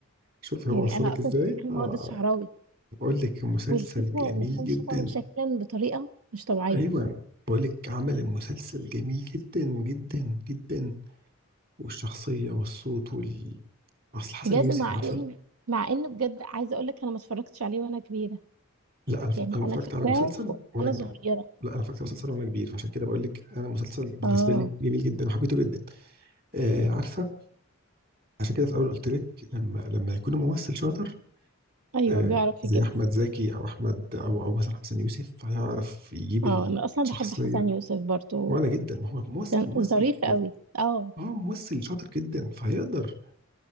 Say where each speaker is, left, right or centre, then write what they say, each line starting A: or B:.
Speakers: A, on the right; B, on the right.
A: شوفي
B: يعني
A: هو وصلك
B: انا اصلا
A: ازاي
B: كنت فاكره ان
A: اه
B: هو ده الشعراوي
A: اه بقول لك مسلسل
B: والفكره
A: جميل
B: ان كان
A: جدا
B: شبهه شكلا بطريقه مش طبيعيه
A: ايوه بقول لك عمل المسلسل جميل جدا جدا جدا والشخصيه والصوت وال اصل حسن
B: بجد
A: يوسف
B: مع
A: عارفه
B: ان مع ان بجد عايزه اقول لك انا ما اتفرجتش عليه وانا كبيره
A: لا انا
B: يعني
A: انا
B: انا
A: اتفرجت
B: فاكراه
A: على مسلسل وانا
B: وانا
A: كبير
B: صغيره
A: لا انا اتفرجت على مسلسل وانا كبير فعشان كده بقول لك انا مسلسل بالنسبه
B: اه
A: لي جميل جدا وحبيته جدا آه عارفه عشان كده في الاول قلت لك لما لما يكون ممثل شاطر
B: ايوه
A: آه
B: بيعرف
A: زي
B: يجيبها
A: احمد زكي او احمد او او مثلا حسن يوسف هيعرف يجيب
B: اه انا اصلا
A: الشخصيه
B: بحب حسن يوسف برضو
A: وانا جدا ما هو ممثل
B: كان
A: ممثل
B: ظريف قوي اه
A: اه ممثل شاطر جدا فهيقدر